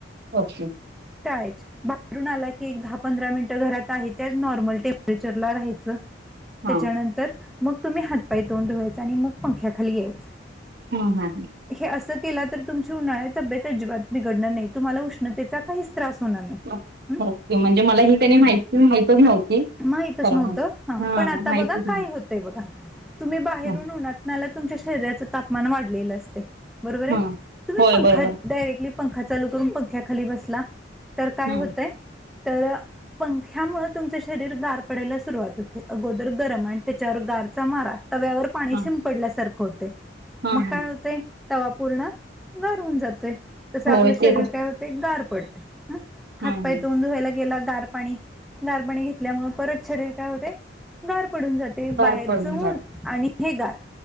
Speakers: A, on the right; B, in the centre.
A: ओके.
B: टाळायचे. बाहेरून आला की, एक दहा- पंधरा मिनिटं घरात आहे. त्याच नॉर्मल टेंपरेचरला राहायचं.
A: हा
B: त्याच्यानंतर मग तुम्ही हात- पाय, तोंड धुवायच. आणि मग पंख्याखाली यायच.
A: हम, हा
B: हे असं केला तर, तुमची उन्हाळ्यात तब्येत अजिबात बिघडणार नाही. तुम्हाला उष्णतेचा काहीच, त्रास होणार नाही.
A: हा.
B: हं?
A: ओके, म्हणजे मला ही आणि माहिती माहितच नव्हती.
B: माहितच
A: खरं
B: नव्हतं.
A: म्हणजे
B: हा पण आता
A: माहितीच
B: बघा
A: नव्हती
B: काय होत. बघा तुम्ही बाहेरून
A: हा
B: उन्हात आलात. तुमच्या शरीराच तापमान वाढलेलं असते. बरोबर आहे.
A: हा.
B: तुम्ही
A: होय
B: पंखा
A: बरोबर
B: डायरेक्टली पंखा चालू करून पंख्याखाली बसला. तर काय
A: हा
B: होतय तर पंख्यामुळे तुमच शरीर गार पडायला सुरुवात होते. अगोदर गरम आणि त्याच्यावर गार, चमारा तव्यावर पाणी
A: हा
B: शिंपडल्यासारखं होते.
A: हा
B: मग
A: हा
B: काय होते. तवा पूर्ण गार होऊन जातोय तस, आपलं
A: होय ते
B: शरीर
A: तर
B: काय होते गार पडते. ह हात
A: हा हा
B: -पाय तोून धुवायला गेला, गार पाणी गार पाणी घेतल्यामुळे परत शरीर काय होते. गार पडून जाते.
A: गार
B: बाहेरच
A: पडून
B: ऊन
A: जात
B: आणि हे गार,